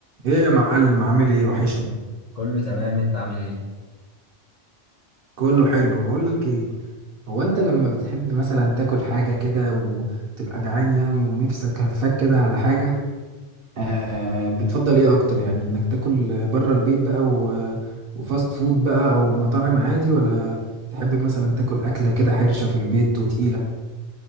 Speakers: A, on the right; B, on the left.
A: ايه يا معلم عامل ايه وحشني
B: كله تمام انت عامل ايه
A: كله حلو بقول لك ايه هو انت لما بتحب مثلا تاكل حاجه كده وتبقى جعان يعني ونفسك هفاك كده على حاجه آه بتفضل ايه اكتر يعني انك تاكل بره البيت بقى و... وفاست فود بقى او مطاعم عادي ولا تحب مثلا تاكل اكله كده حرشه في البيت وتقيله